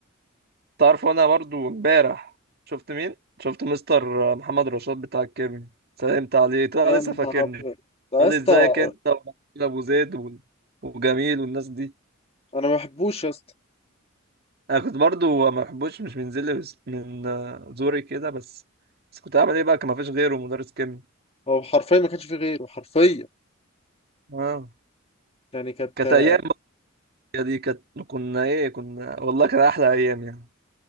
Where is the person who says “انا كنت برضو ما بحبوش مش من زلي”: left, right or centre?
Right